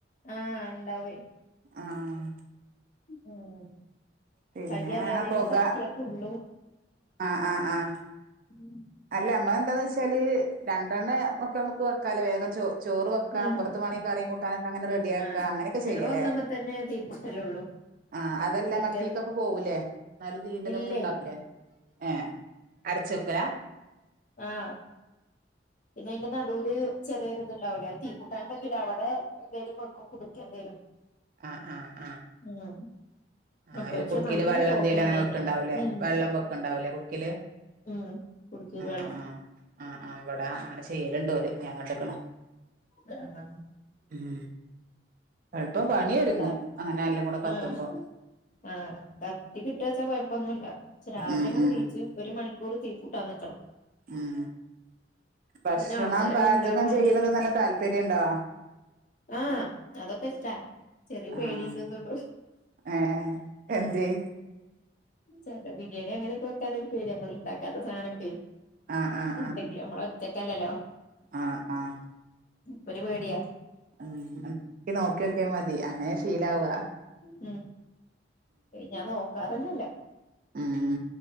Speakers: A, on the left; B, on the right.
A: ആഹ്, ഉണ്ടാവ്വേ
B: ആഹ്
A: ഉം
B: പിന്നെ
A: കയ്യറിയാതെ
B: ആ
A: അതിന്മേൽ
B: പൊക
A: തട്ടിയാ പൊള്ളും.
B: ആഹ് ആഹ് ആഹ്
A: ഉം
B: അല്ല ഞമ്മളന്താന്ന് വെച്ചാല് രണ്ടെണ്ണേ ഒക്കെ നമ്മുക്ക് വെക്കാലേ, വേഗം ചോ ചോറ് വെക്കാ
A: ഉം
B: അപ്പറത്ത് വാണെ കറിം കൂട്ടാനൊ ക്കങ്ങനെ റെഡി ആക്ക,
A: ആഹ്
B: അങ്ങനെയൊക്കെ
A: ഞങ്ങള്
B: ചെയ്യലേ,
A: ഒന്നുമ്മെ തന്നെ തീപിടിച്ചലൊള്ളൂ
B: ആഹ് അതല്ല
A: മറ്റേത്
B: മറ്റേക്കപ് പോകൂലേ ന്നാലും തീയിന്റെതൊക്കെ
A: ഇല്ലേ
B: ഉണ്ടാവൂലേ, ഏഹ് അടച്ചെക്ക്വ
A: ആഹ് പിന്നെ എന്ത്ന്നാ ടില് ചെറിയൊരു ഇതുണ്ടാവൂലേ അത് തീ കൂട്ടാനും പറ്റൂല അവിടെ എന്തേലും വെക്കും കുടുക്ക എന്തേലും
B: ആഹ് ആഹ് ആഹ്.
A: ഉം
B: ആഹ്
A: അപ്പൊ
B: ഒരു
A: പക്ഷെ
B: കുടുക്കേല്
A: നല്ല
B: വെള്ളം
A: പൊകേണ്
B: എന്തേലും അങ്ങനെ
A: അയ്ന്
B: വെ ക്കണ്ടാവൂല്ലേ
A: ഉം
B: വെള്ളം വെക്ക്ണ്ടാവൂലേ കുടുക്കേല്
A: ഉം കുടുക്കേല്
B: ആഹ്
A: വെള്ളം
B: ആഹ് ആഹ് ആഹ് അവിടെ അങ്ങനെ ചെയ്യലുണ്ടോല് ഞാൻ കണ്ടേക്കണ്.
A: ആഹ്
B: ഉം എളുപ്പം പണിയൊടുങ്ങും
A: ത
B: അങ്ങനെ എല്ലാം കൂടെ കത്തുമ്പോം
A: ആഹ് ആഹ് കത്തി കിട്ട്യാച്ച കൊഴപ്പൊന്നുല്ല പക്ഷേ രാവിലെ
B: ഉം
A: ഇങ്ങട്
B: ഉം
A: നീച്ച് ഒരു മണിക്കൂർ തീഫും ത്താൻ നിൽക്കണം.
B: ഉം ഭക്ഷണം
A: പിന്നെ ആൾക്കാരും
B: പാചകം
A: ഉണ്ടാവോണ്ട്
B: ചെയ്യുന്നത് നല്ല താല്പര്യണ്ടോ?
A: ആഹ് അതൊക്കെഷ്ടാ ചെറിയ പേടീണ്ട്ന്നോള്ളു.
B: ആഹ് ഏഹ് എന്തേ
A: ചെല ബിരിയാണി അങ്ങനൊക്കെ വെക്കാനൊക്കെ ഒരു പേടി നമ്മള് ഉണ്ടാക്കാത്ത സാധനയൊക്കെ
B: ആഹ് ആഹ്
A: എന്തെങ്കിലും നമ്മള് ഒറ്റക്കല്ലല്ലോ.
B: ആഹ് ആഹ് ആഹ്
A: അപ്പൊരു പേടിയാ.
B: ഉം എടക്ക് നോക്കി നോക്കിയാൽ മതി അങ്ങനെ ശീലാവാവുക
A: ഉം ഞാൻ നോക്കാറോന്നുവില്ല
B: ഉം